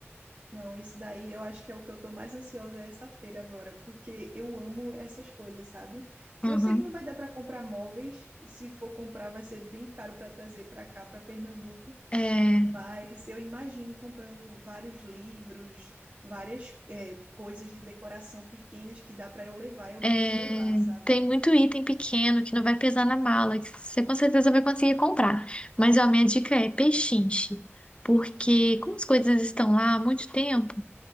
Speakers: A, on the right; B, on the left.
A: Não, isso daí eu acho que é o que eu tô mais ansiosa é essa feira agora, porque eu amo essas coisas, sabe?
B: Uhum.
A: Eu sei que não vai dar para comprar móveis, se for comprar vai ser bem caro para trazer para cá, para Pernambuco,
B: É,
A: mas eu imagino comprando vários livros, várias eh, coisas de decoração pequenas que dá para eu levar, eu
B: é,
A: mesmo levar, sabe?
B: tem muito item pequeno que não vai pesar na mala, que você com certeza vai conseguir comprar. Mas ó, minha dica é pechinche, porque como as coisas estão lá há muito tempo,